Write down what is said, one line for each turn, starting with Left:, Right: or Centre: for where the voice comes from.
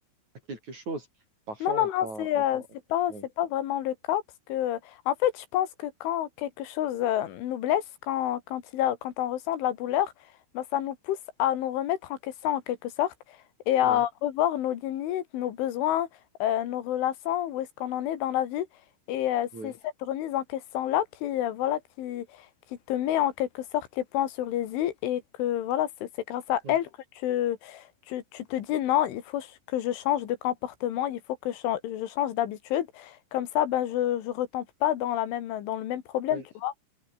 Right: à quelque chose. Parfois,
Left: Non,
Right: on
Left: non, non,
Right: parle.
Left: c'est
Right: On,
Left: euh, c'est pas,
Right: on-
Left: c'est
Right: ouais,
Left: pas vraiment le cas parce que, euh, en fait, je pense que quand quelque chose euh, nous blesse, quand, quand, il y a, quand on ressent de la douleur, ben, ça nous pousse à nous remettre en question en quelque sorte et à
Right: ouais,
Left: revoir nos limites, nos besoins, euh, nos relations, où est-ce qu'on en est dans la vie. Et euh,
Right: ouais,
Left: c'est cette remise en question-là qui, euh, voilà, qui, qui te met en quelque sorte les points sur les i et que, voilà, c'est c'est grâce à
Right: ouais,
Left: elle que tu tu, tu te dis non, il faut ch- que je change de comportement, il faut que je, chan- je change d'habitude. Comme ça, ben, je, je retombe pas dans la même, dans le même problème,
Right: ouais.
Left: tu vois.